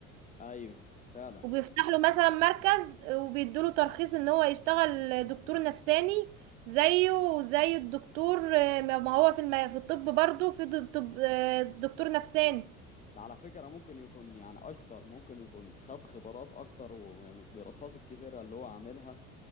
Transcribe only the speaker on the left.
ايوه فعلا
ده على فكرة ممكن يكون يعني اشطر ممكن يكون خد خبرات اكتر ومن الدراسات الكتيرة اللي هو عاملها